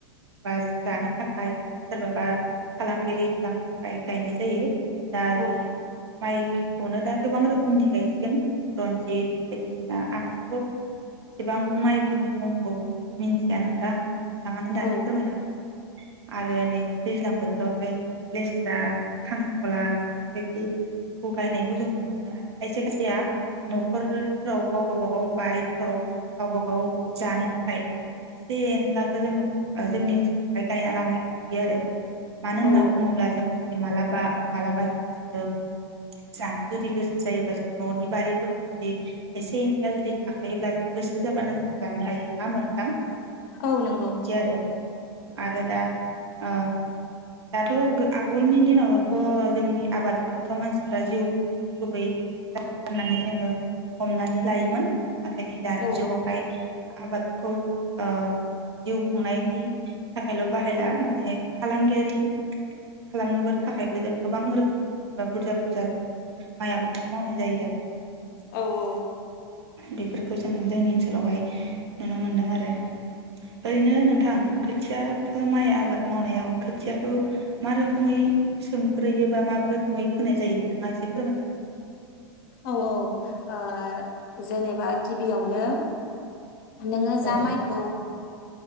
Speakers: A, on the right (about 70°); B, on the left (about 50°).
A: बा जानो थाखाय सोरबाबा फालांगिरि खालामनो थाखाय गायनाय जायो दा बे
B: औ
A: माइखौनो दा गोबां रोखोमनि गायसिगोन रनजित बायदिसिना आंथ' एसेबां माइफोरनि मुंखौ मिन्थिया नोंथां नोंथाङानो दानि
B: औ
A: फोरमायना होखाबाय आरो नै दैज्लां बोथोरावहाय लेस्रा, खांख्रिखला बेफोरबायदिखौ गायनायखौ जों नुनो मोनो आरो खायसे खायसेया नखरफोराव गाव गावबा गाव बारिफोराव गावबा गाव जानो थाखाय एसे एनलाखौ जोंङो जोंनि ओनसोलावहाय गायना लानायखौ नुयो आरो मानो होनना
B: औ
A: बुंङोब्ला जों जु मालाबा मालाबा दि जोंङो जानो जुदि गोसो जायोबा जों न'नि बारिफोराव जुदि एसे एनैया जुदि थाखायोब्ला जों गोसो जाबानो जों जानो हायो नंङा होमबा नोंथां।
B: औ नोंगौ।
A: बिदि आरो आरो दा आ दाथ' आगोलनि दिनावनोथ' जोंनि आबादखौथ' मानसिफ्रा जिउ खुंनायनि गुबै राहाहोनानै जोंङो हमनानै लायोमोन। नाथाय नै दानि
B: औ
A: जुगावहाय आबादखौ ओ जिउ खुंनायनि थाखायल' बाहायला माने फालांगियारि खालामनोबो थाखायबो जों गोबां रो खोमनि बा बुरजा बुरजा जोङो माइ आबादखौ मावनाय जायो आरो नोंथां।
B: औ औ
A: बेफोरखौ जों जोंनि ओनसोलावहाय नुनो मोनदों आरो ओरैनो नोंथां खोथियाफोर माइ आबाद मावनायाव खोथियाखौ मा रोखोम मै सोमब्रै बेबा मा रोखोमै फोननाय जायो नोंथांङा एसे फोरमायनो हागोन ना?
B: औ औ ओ जेनेबा गिबियावनो नोङो जा
A: औ
B: माइखौ